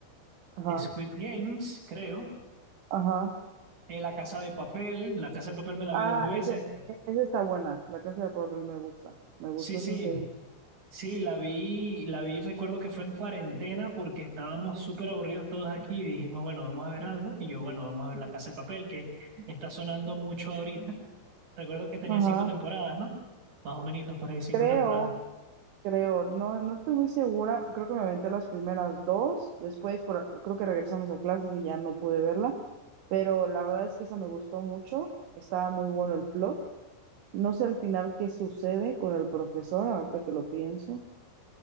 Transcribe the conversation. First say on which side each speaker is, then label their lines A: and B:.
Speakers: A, on the right; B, on the right.
A: ajá,
B: Squid Games, creo.
A: ajá.
B: eh, La Casa de Papel, La Casa de Papel me la vi
A: Ah,
B: dos veces.
A: esa, e- esa está buena, La Casa de Papel me gusta, me gustó
B: Sí, sí,
A: esa serie.
B: Sí, la vi, la vi, recuerdo que fue en cuarentena porque estábamos súper aburridos todos aquí y dijimos, bueno, vamos a ver algo. Y yo, bueno, vamos a ver La Casa de Papel, que está sonando mucho ahorita. Recuerdo que tenía
A: Ajá,
B: cinco temporadas, ¿no? Más o menos, por ahí cinco
A: creo,
B: temporadas.
A: creo, no, no estoy muy segura, creo que me aventé las primeras dos, después por, creo que regresamos a clases y ya no pude verla, pero la verdad es que esa me gustó mucho, estaba muy bueno el plot, no sé al final qué sucede con el profesor, ahorita que lo pienso,